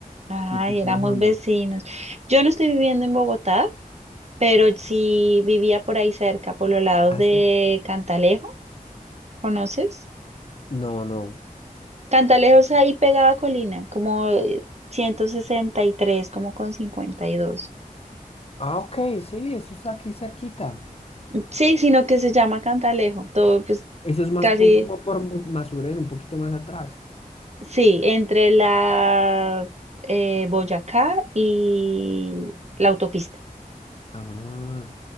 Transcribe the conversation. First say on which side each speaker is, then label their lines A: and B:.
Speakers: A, on the right; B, on the left.
A: ay,
B: ¿Y tú por
A: éramos
B: dónde?
A: vecinos. Yo no estoy viviendo en Bogotá, pero sí vivía por ahí cerca, por los lados
B: Ah,
A: de
B: sí.
A: Cantalejo, ¿conoces?
B: No, no.
A: Cantalejo es ahí pegada a Colina, como eh, 163, como con 52.
B: Ah, ok, sí, eso está aquí cerquita.
A: Sí, sino que se llama Cantalejo. Todo, pues,
B: Eso es más
A: casi,
B: po- como por Mu- Masuren, un poquito más atrás.
A: sí, entre la eh, Boyacá y la autopista.
B: Ah,